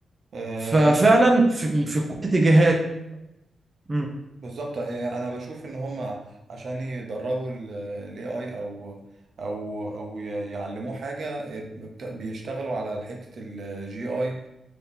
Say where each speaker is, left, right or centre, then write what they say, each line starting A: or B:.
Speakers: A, on the right; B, on the right.
A: آه،
B: ففعلا في في كل اتجاهات مم.
A: بالظبط إيه، انا بشوف ان هم عشان يدربوا الاي اي او او او ي- يعلموه حاجه إيه، بت- بيشتغلوا على حته الجي اي